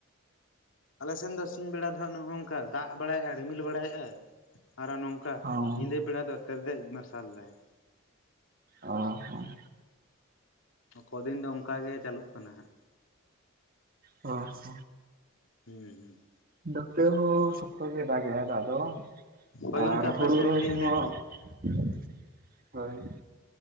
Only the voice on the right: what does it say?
ᱦᱚᱸ
ᱚ ᱦᱚ ᱾
ᱚ ᱦᱚ ᱾
ᱱᱚᱛᱮ ᱦᱚᱸ ᱥᱚᱠᱛᱚ ᱜᱮ ᱫᱟᱜ ᱜᱮ ᱫᱟᱜ ᱫᱚ
ᱟᱨ
ᱦᱩᱲᱩ
ᱨᱚᱦᱚᱭ
ᱠᱚᱦᱚᱸ
᱾ ᱦᱳᱭ ᱾